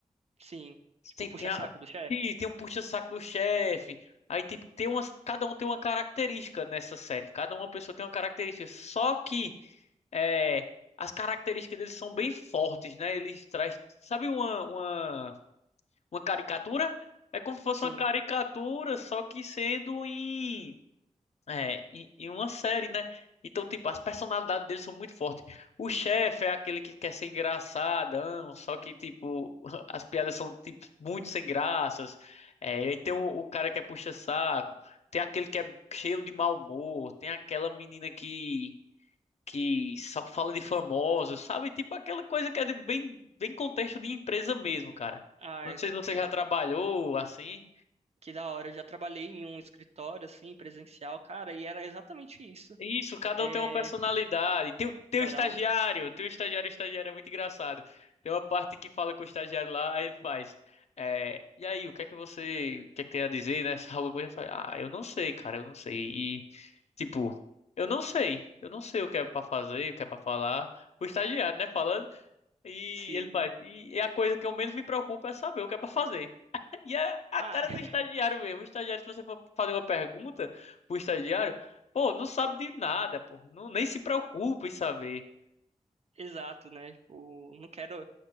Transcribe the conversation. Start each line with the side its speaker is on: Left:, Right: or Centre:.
Right: Sim. Tipo,
Left: Tem,
Right: puxa-saco
Left: tem, a,
Right: do chefe?
Left: tem, tem um puxa-saco do chefe. Aí, tipo, tem umas, cada um tem uma característica nessa série. Cada uma pessoa tem uma característica. Só que é, as características deles são bem fortes, né? Eles trazem. Sabe uma, uma uma caricatura? É como se fosse
Right: Sim.
Left: uma caricatura, só que sendo em, é, em, em uma série, né? Então, tipo, as personalidades deles são muito fortes. O chefe é aquele que quer ser engraçadão, só que, tipo, <laughs> as piadas são, tipo, muito sem graças. É, e aí tem o, o cara que é puxa-saco, tem aquele que é cheio de mau humor, tem aquela menina que que só fala de famosos, sabe? Tipo aquela coisa que é de bem, bem contexto de empresa mesmo, cara.
Right: Ai,
Left: Não sei se você
Right: eu-
Left: já trabalhou assim.
Right: que da hora. Eu já trabalhei em um escritório, assim, presencial, cara, e era exatamente isso.
Left: Isso, cada
Right: É.
Left: um tem uma personalidade. Tem, o- tem
Right: Cada
Left: o estagiário,
Right: um.
Left: tem o estagiário, o estagiário é muito engraçado. Tem uma parte que fala com o estagiário lá, aí ele faz. é, e aí, o que é que você, o que é que tem a dizer, né? <laughs> Alguma coisa, ele fala, ah, eu não sei, cara, eu não sei. E, tipo, eu não sei, eu não sei o que é pra fazer, o que é pra falar. O estagiário, né, falando. E
Right: Sim.
Left: ele faz. E é a coisa que eu menos me preocupo é saber o que é pra fazer. <laughs> E é a
Right: Ah,
Left: cara
Right: é, <laughs>
Left: do estagiário mesmo. O estagiário, se você for fazer uma pergunta pro estagiário, pô, não sabe de nada, pô. Não, nem se preocupa em saber.
Right: exato, né? Tipo, não quero.